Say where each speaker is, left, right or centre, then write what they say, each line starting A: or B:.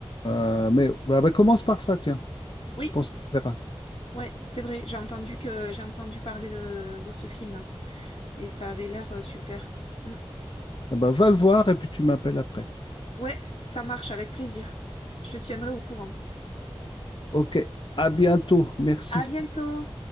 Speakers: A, on the left; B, on the left.
A: Euh, mais bah, bah, commence par ça, tiens.
B: Oui,
A: Je pense que ça te plaira.
B: ouais, c'est vrai. J'ai entendu que j'ai entendu parler de, de ce film. Et ça avait l'air euh, super. Mm.
A: Ah bah, va le voir et puis tu m'appelles après.
B: Ouais, ça marche avec plaisir. Je te tiendrai au courant.
A: Ok, à bientôt. Merci.
B: À bientôt!